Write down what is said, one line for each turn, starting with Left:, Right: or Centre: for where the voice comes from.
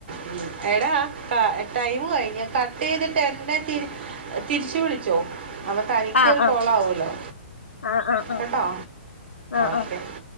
Right: ഉം എടാ ക ടൈമ് കയ്ഞ്ഞ കട്ടെയ്തിട്ട് എട്നെ തി അ തിര്ച്ചു വിളിച്ചോ? അപ്പ തനിക്കൊരു
Left: ആഹ് ആഹ്
Right: കോളാവൂലോ
Left: ആഹ് ആഹ്
Right: കെട്ടോ
Left: ആഹ് ആഹ്
Right: ഓക്കെ.